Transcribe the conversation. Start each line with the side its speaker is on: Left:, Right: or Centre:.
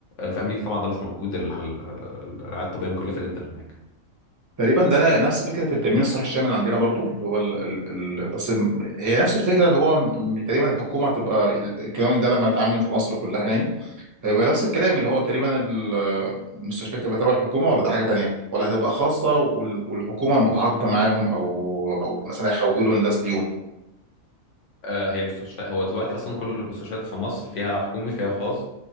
Left: في امريكا طبعا ده مش موجود ال- ال- الرعايه الطبيه مكلفه جدا هناك
Right: تقريبا ده أنا- نفس فكره التامين الصحي الشامل عندنا برضو اللي هو ال... ال... ال... بس م- هي نفس الفكره اللي هو م- تقريبا الحكومه تبقى ال- الكلام ده لما يتعمم في مصر كلها يعني هيبقى نفس الكلام اللي هو تقريبا ال- المستشفيات تبقى تبع الحكومه ولا ده حاجه تانيه ولا هتبقى خاصه وال... والحكومه متعاقده معاهم او او مثلا يحولوا الناس ليهم
Left: آه، هي مستشفى هو دلوقتي اصلا كل المستشفيات في مصر فيها حكومي فيها خاص